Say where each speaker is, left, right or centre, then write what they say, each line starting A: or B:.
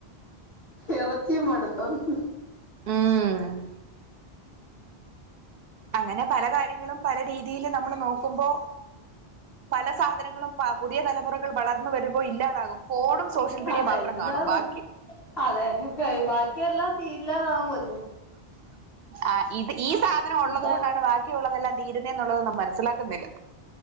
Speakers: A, on the left; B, on the right.
A: ഇറച്ചിയും മടുത്തന്ന്.
B: ഉം അങ്ങനെ പല കാര്യങ്ങളും പല രീതിയില് നമ്മള് നോക്കുമ്പോ പല സാധനങ്ങളും പ പുതിയ തലമുറകൾ വളർന്നു വരുമ്പോ ഇല്ലാതാകും. ഫോണും സോഷ്യൽ മീഡിയ
A: അതെ
B: മാത്രം
A: ഇല്ലാതെ
B: കാണും. ബാക്കി
A: അതെ, <unintelligible> ബാക്കിയെല്ലാം തീ ഇല്ലാതാവുവല്ലോ
B: ആഹ്, ഇത് ഈ സാധനം ഒള്ളതുകൊണ്ടാണ്
A: ഇതാ
B: വാക്കിയുള്ളതെല്ലാം തീരുന്നെന്നുള്ളതൊന്നും മനസ്സിലാക്കുന്നില്ല.